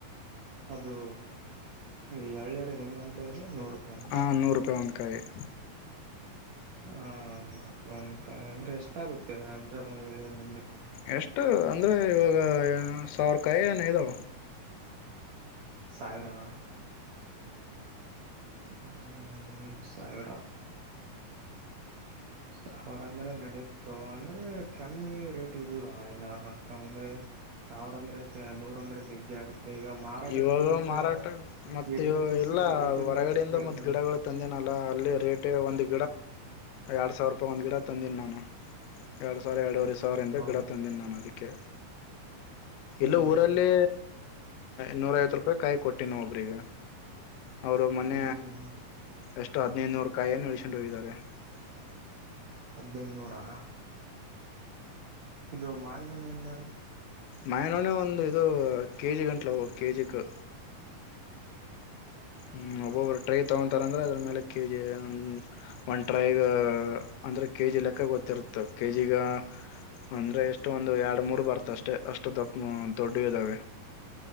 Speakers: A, on the right; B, on the left.
A: ಅದು ಈ ಹಳ್ಳೇರು ಹೆಂಗ ಅಂತ ಹೇಳ್ದ ನೂರು ರೂಪಾಯಿನ
B: ಹಾ ನೂರು ರೂಪಾಯಿ ಒಂದಕಾಯಿ ಹ
A: ಹ ನೋಡ್ ಒಂದಕಾಯಿ ಅಂದ್ರೆ ಎಷ್ಟಾಗುತ್ತೆ ಅಂಜಾನ ಹೇಳಿಯ ನಿಂಬ
B: ಎಷ್ಟು ಅಂದ್ರೆ ಇವಾಗ ಸಾವಿರ ಕೈನ ಇದುೋ
A: ಸಾವಿರಾನ ಹ್ಮ ಸಾವಿರ ಸಾವಿರ ಅಂದ್ರೆ ನಡೀತು ಅಂದ್ರೆ ಕಮ್ಮಿ ರೇಟ್ ಇಲ್ವಾ ನ ಅಂದ್ರೆ ಸಾವಿರ ಅಂದ್ರೆ ನೂರ ಒಂದ್ರ ಜಗ್ಗೆ ಆಗುತ್ತೆ ಈಗ ಮಾರಾಟಕ್ಕೆ
B: ಇವಾಗ
A: ನಿಂತ್ರೆ
B: ಮಾರಾಟ
A: ಅವ
B: ಮತ್ತ
A: ಏಟಿ
B: ಇ
A: ರುಪೀಸ್
B: ಇಲ್ಲ
A: ಏಟಿ
B: ಹೊರಗಡೆ
A: ರುಪೀಸ್ ಕೇಳತಾರ
B: ಮ ಗಿಡಗಳು ತಂದನಲ್ಲ ಅಲ್ಲಿ ರೇಟ್ ಒಂದು ಎರಡು ಸಾವಿರ ರೂಪಾಯಿ ಒಂದು ಗಿಡ ತಂದೀನಿ ನಾನು ಎರಡು ಸಾವಿರ ಎರಡವರೆ ಸಾವರಿಂದ
A: ಹೌದಾ
B: ಗಿಡ ತಂದಿನಿಾನು ಅದಕ್ಕೆ
A: ಹ್ಮ್
B: ಇಲ್ಲ
A: ಹ್ಮ್
B: ಊರಲ್ಲಿ ನೂ ಐತ್ತು ರೂಪಾಯಿ ಕೊಟ್ಟಿೋವು ಪರಗ ಅವ್ರು ಮೊನ್ನ
A: ಹ್ಮ್ ಹ್ಮ್ ಹ್ಮ್
B: ಎಷ್ಟು ಹದ್ಿನೈದುನೂರು ಕಾಯಿನ್ನು ಉಳ್ಸೊಂಡು ಹೋಗಿದ್ದಾರೆ ಸ
A: ಅದೇನ್ನು ಹ ಇದು ಮಾವಿನೋ್ಣ ಹೆಂಗ್ ಮಾಡುದು
B: ಮೈನೋನ ಒಂದು ಇದು ಕೆ ಜಿ ಗಂಟ್ಲವು ಕೆಜಿಿಗೆ ಹ್ಮ್ ಒಬ್ಬೊಬ್ಬೊಟ ತಗ ಥಾರೆಂದ್ರರೆ ಅದ್ರ ಮೇಲೆ ಕೆ ಜಿ ಒಂದು ಒನ್ ಟ್ರೈಗೆ ಅಂದರೆ ಕೆ ಜಿ ಲೆಕ್ಕ ಗೊತ್ತಿರುತ್ತೆ ಕೆ ಜಿಿಗೆ ಅಂದರೆ ಎಷ್ಟೊಂದು ಎರಡು ಮೂರು ಬರುತ ಅಷ್ಟೆ ಅಷ್ಟು ದಪ್ಪ ದೊಡ್ಡ ಇದ್ದಾವೆ